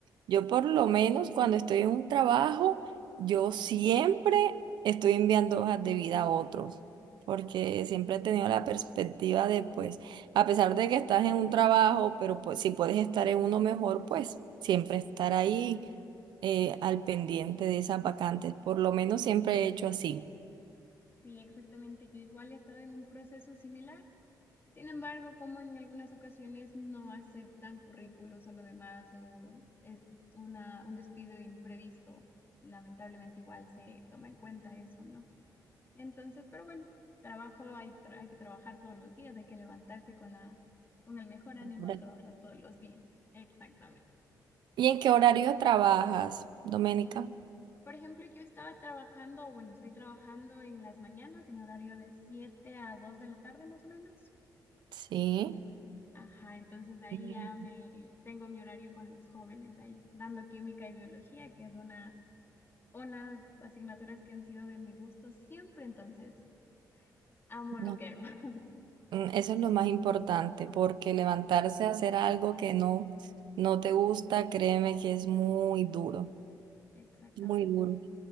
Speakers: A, on the right; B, on the left.
A: Yo por lo menos cuando estoy en un trabajo, yo siempre estoy enviando hojas de vida a otros, porque siempre he tenido la perspectiva de, pues, a pesar de que estás en un trabajo, pero pues si puedes estar en uno mejor, pues siempre estar ahí eh, al pendiente de esas vacantes. Por lo menos siempre he hecho así.
B: Sí, exactamente. Yo igual he estado en un proceso similar. Sin embargo, como en algunas ocasiones no aceptan currículos o lo demás, o es una, un despido imprevisto, lamentablemente igual se toma en cuenta eso, ¿no? Entonces, pero bueno, trabajo hay, tra- hay que trabajar todos los días, hay que levantarse con la, con el mejor ánimo
A: Ahora,
B: a trabajar todos los días. Exactamente.
A: ¿Y en qué horario trabajas, Doménica?
B: Por ejemplo, yo estaba trabajando, o bueno, estoy trabajando en las mañanas en horario de 7 a 2 de la tarde más o menos.
A: Sí.
B: Ajá, entonces de ahí
A: Sí,
B: ya me tengo mi horario con los jóvenes ahí, dando química y biología, que es una, unas asignaturas que han sido de mi gusto siempre, entonces amo
A: no,
B: lo que hago. <laughs>
A: mm, Eso es lo más importante, porque levantarse a hacer algo que no, no te gusta, créeme que es muy duro,
B: Exactamente.
A: muy duro.